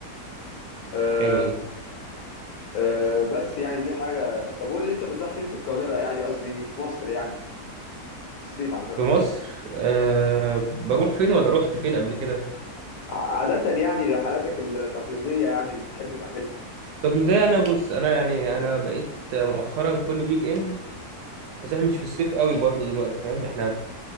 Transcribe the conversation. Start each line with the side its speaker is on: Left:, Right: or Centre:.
Left: آه،
Right: حلوه دي
Left: آه، بس يعني دي حاجه طب قول لي انت بتروح فين في القاهره يعني قصدي في مصر يعني في الصيف عامه
Right: في مصر أه بروح فين ولا رحت فين قبل كده
Left: عادة يعني رحلاتك التقليدية يعني اللي بتحب تعملها
Right: التقليد ده انا بص انا يعني انا بقيت مؤخرا كل ويك اند بس احنا مش في الصيف قوي برضو دلوقتي فاهم احنا في